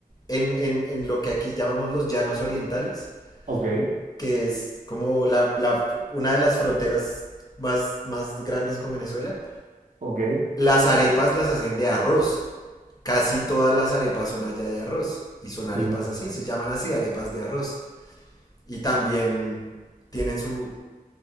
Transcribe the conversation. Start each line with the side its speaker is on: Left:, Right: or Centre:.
Left: en, en- en lo que aquí llamamos los llanos orientales,
Right: Ok,
Left: que es como la, la- una de las fronteras más, más grandes con Venezuela,
Right: ok,
Left: las arepas las hacen de arroz. Casi todas las arepas son allá de arroz. Y son arepas
Right: imagínate.
Left: así, se llaman así arepas de arroz. y también tienen su,